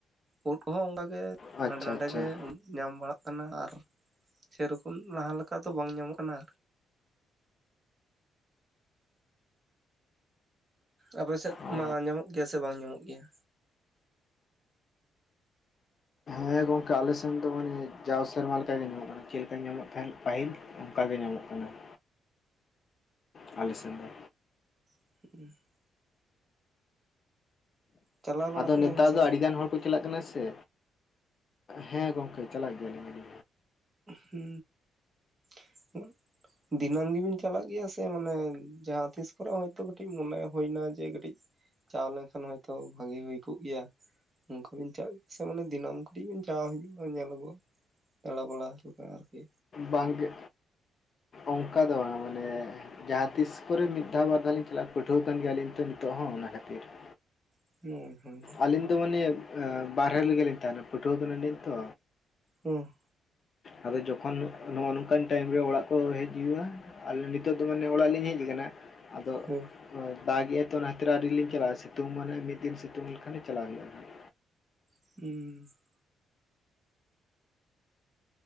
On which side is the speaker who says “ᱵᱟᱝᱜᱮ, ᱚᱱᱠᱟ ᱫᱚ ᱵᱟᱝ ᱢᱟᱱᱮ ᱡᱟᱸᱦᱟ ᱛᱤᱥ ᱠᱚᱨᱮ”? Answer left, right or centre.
Left